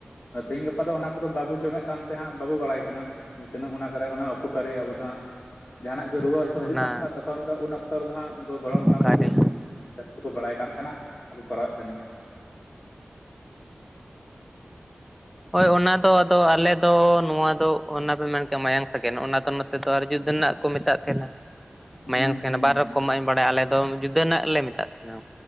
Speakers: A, on the left; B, in the centre.
A: ᱛᱮᱤᱦᱤᱧ ᱜᱟᱯᱟ ᱫᱚ᱾ ᱚᱱᱟ ᱠᱚᱫᱚ ᱵᱟᱵᱚ ᱡᱚᱢᱮᱫ ᱠᱟᱱ ᱛᱟᱦᱮᱸᱜ ᱵᱟᱵᱚ ᱵᱟᱲᱟᱭ ᱡᱮ ᱛᱤᱱᱟᱹᱜ ᱚᱱᱟ ᱠᱚᱨᱮ ᱚᱱᱟ ᱩᱯᱚᱠ ᱠᱟᱨ ᱟᱵᱚ ᱫᱚᱟᱸ ᱡᱟᱦᱟᱱᱟᱜ ᱜᱮ ᱨᱩᱣᱟᱹ
B: ᱦᱳᱭ
A: ᱦᱟᱹᱥᱩ
B: ᱚᱱᱟ
A: ᱦᱤᱡᱩᱜ ᱠᱟᱱ ᱠᱷᱟᱡ ᱛᱚᱠᱷᱚᱱ ᱫᱚ ᱩᱱ ᱚᱠᱛᱚ ᱨᱮᱫᱚ ᱦᱟᱸᱜ ᱜᱚᱲᱚᱢ
B: ᱚᱠᱟᱨᱮ
A: ᱦᱟᱲᱟᱢ ᱠᱚ ᱡᱟᱹᱥᱛᱤ ᱠᱚ ᱵᱟᱲᱟᱭ ᱠᱟᱱ ᱛᱟᱦᱮᱱᱟ ᱟᱨ ᱠᱚ ᱠᱚᱨᱟᱣᱮᱫ ᱛᱟᱦᱮᱱ ᱜᱮᱭᱟ᱾
B: ᱦᱳᱭ ᱚᱱᱟ ᱫᱚ ᱟᱫᱚ ᱟᱞᱮ ᱫᱚ ᱱᱚᱣᱟ ᱫᱚ ᱚᱱᱟ ᱯᱮ ᱢᱮᱱ ᱠᱮᱭᱟ ᱢᱟᱭᱟᱝ ᱥᱠᱮᱱ ᱚᱱᱟ ᱫᱚ ᱱᱚᱛᱮ ᱫᱚ ᱟᱨ ᱡᱩᱫᱤ ᱨᱮᱱᱟᱜ ᱠᱚ ᱢᱮᱛᱟᱜ ᱛᱟᱦᱮᱱᱟ᱾ ᱢᱟᱭᱟᱝ
A: ᱦᱩᱸ
B: ᱥᱜ
A: ᱦᱩᱸ
B: ᱵᱟᱨ
A: ᱦᱩᱸ
B: ᱨᱚᱠᱚᱢᱟᱜ ᱤᱧ ᱵᱟᱲᱟᱭᱟ ᱟᱞᱮ ᱫᱚ ᱡᱩᱫᱟᱹ ᱨᱮᱱᱟᱜ ᱞᱮ ᱢᱮᱛᱟᱜ ᱛᱟᱦᱮᱱᱟ᱾